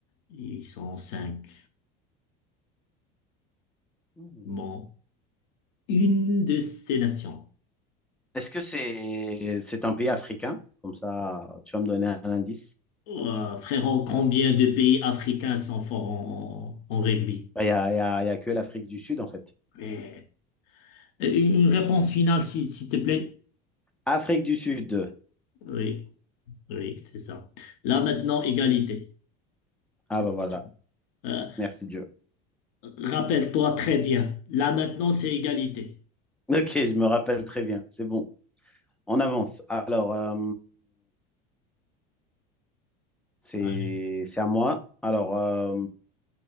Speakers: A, on the left; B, in the centre.
A: Ils sont cinq.
B: hmm.
A: Bon. Une de ces nations.
B: est-ce que c'est c'est un pays africain? Comme ça, tu vas me donner un indice.
A: Oh, frérot, combien de pays africains sont forts en, en rugby?
B: Bah, Il n'y a, il y a, il y a que l'Afrique du Sud, en fait.
A: Mais- Euh, Une réponse finale, s'il s'il te plaît.
B: Afrique du Sud.
A: Oui, oui, c'est ça. Là maintenant, égalité. C'est-
B: Ah, bah voilà.
A: tout. Euh,
B: Merci Dieu.
A: rappelle-toi très bien. Là maintenant, c'est égalité.
B: OK, je me rappelle très bien. C'est bon. On avance. Alors, euh, c'est
A: Allez.
B: c'est à moi. Alors, euh,